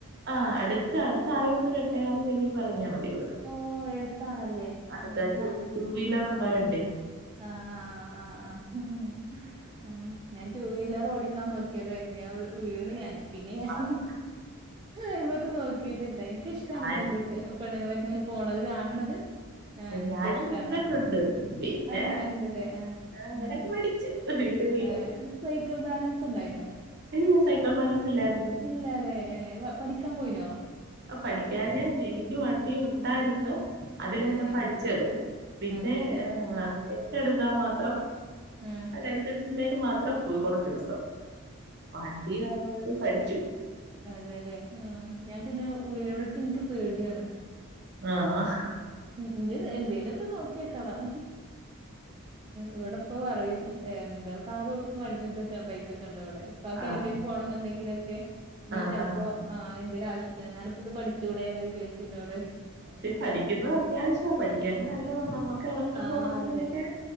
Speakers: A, on the right; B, on the right.
A: ആഹ് അടുക്ക് അടുത്തായതോണ്ടോരു എട്ടേകാൽ കഴിഞ്ഞ് എറങ്ങിയാമതി ഇവിടുന്ന്
B: ഓ എടുത്താണല്ലേ
A: അടുത്ത
B: ആഹ്
A: ടു
B: ന
A: ടു വീലർ ഉണ്ടായോണ്ടെ
B: ആഹ് ആഹ് ആഹ് ആഹ് ആഹ് ആ ഞാൻ ടു വീലർ ഓടിക്കാൻ നോക്കിയതായിരുന്നു ഞാൻ വീണ് ഞാൻ പിന്നെ ഞാൻ
A: അത്
B: അയിമ്മക് നോക്കിട്ടില്ല എനിക്കിഷ്ടാണ്
A: ഞാൻ
B: പെൺങ്കു പെണ്ണുങ്ങളെക്കെ ഇങ്ങനെ പോണത് കണ് ണത് ആ ഇൻക്ക്
A: ഞാനും
B: ഇഷ്ടാണ്
A: വീണിട്ടുണ്ട് പിന്നെ
B: ഏഹ് ഇണ്ടലേ അഹ്
A: അങ്ങനെ
B: ഉം
A: <unintelligible>
B: ഏഹ് സൈക്കൾ ബാലൻസ് ഉണ്ടായിന്നോ
A: ഇല്ല സൈക്കിൾ ബാലൻസ് ഇല്ലായിരുന്നു
B: ഇല്ലലേ ഏഹ് പഠിക്കാ പോയിനോ
A: ആ പഠിക്കാന് എനിക്ക് വണ്ടി ഉണ്ടായിരുന്നു അതിലാ
B: ഏഹ്
A: ഞാൻ പഠിച്ചത്. പിന്നെ
B: അതെല്ലേ
A: ഏഹ് എട്ടെടുക്കാൻ മാത്രം
B: ഉം
A: ലൈസൻസ് ഉണ്ടേൽ മാത്രം പോയി കൊറച്ച് ദിവസം വണ്ടിയങ്ങനെ പഠിച്ചു
B: അതേലെ ഉം ഞാൻ പിന്നെ ഉയണട്ട് ഇൻക്ക് പേട്യാണ്
A: ആഹ് ആഹ്
B: ഇനി എന്തേലൊക്കെ നോക്ക്യക്കണം ഇവടെ ഇപ്പ പറയും. എന്താ കാറും വ ഇതൊക്കെ ബൈക്കൊക്കെ ഇണ്ടൊ ഇവടെ ഇപ്പാക്ക്
A: ആഹ്
B: എങ്ങട്ടേലും പോണം എന്നുണ്ടെങ്കിലൊക്കെ ഇനി
A: ആഹ്
B: ചെല്പ്പോ ആഹ് എന്തേലു ആവശ്യത്തിന്നൊക്കെ അനക് ഇത് പഠിച്ചുടെ എന്നൊക്കെ ചോദിച്ചി എന്നോട്
A: സത്യം പഠിക്കുന്നത് അത്യാവശ്യവാ പഠിക്കാനക്കെ നല്ലതാണ് നമ്മുക്ക് എവിടെങ്കിലും
B: ആഹ്
A: പോണമെങ്കിലുംക്കെ
B: അതെ